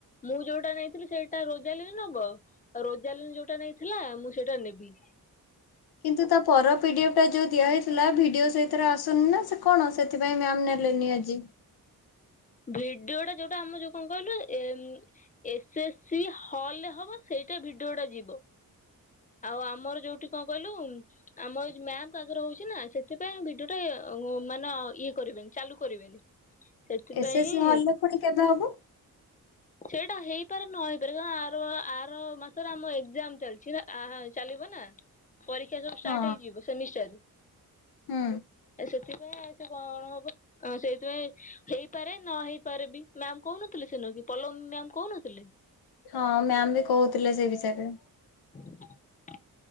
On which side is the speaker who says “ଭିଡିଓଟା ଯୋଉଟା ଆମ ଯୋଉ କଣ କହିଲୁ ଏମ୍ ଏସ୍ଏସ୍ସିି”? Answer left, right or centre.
Left